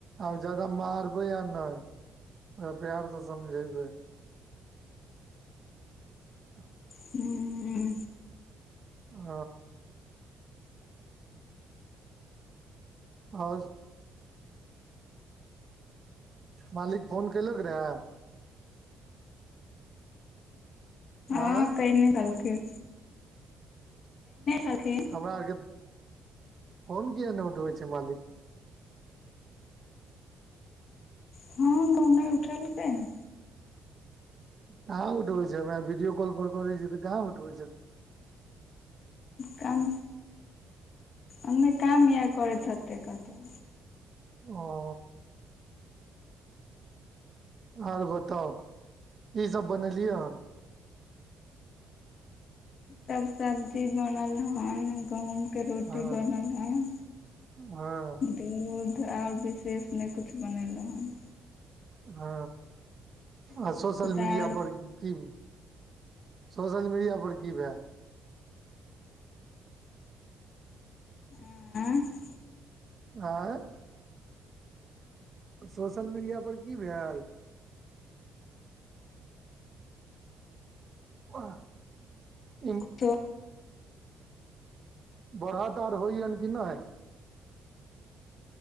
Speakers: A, on the right; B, on the left.
A: आब जादा मारबै आ नहि ओ प्यार से समझे बै <inaudible>
B: हूँ
A: ह औस मालिक फोन केलक रहेऽय आँय
B: ह कैने रहथिन छलखिन
A: हमरा आरके फोन किया नै उठबै छै मालिक
B: ह <unintelligible> नैय उठेलकेै हन
A: कहाँ उठबै छै हमरा वीडियो कॉल पर करैछियै तऽ कहाँ उठबै छैयथ
B: काम अने काम आऔर करैत हतै कतौ
A: ओ और बताउ की सब बनेलियै हन
B: सब सब्जी बनल हन गहुम के रोटी
A: हँ
B: बनल हन
A: हँ
B: दूध और विशेष नेै कुछ बनेलौ हन
A: ह
B: धिया
A: आ सोशल
B: पुता
A: मीडिया
B: आर
A: पर की सोशल मीडिया पर की भेऽल
B: आँय
A: आँय सोशल मीडिया पर की भेऽल आ इ
B: त अ
A: बढ़त और होय या कि नैय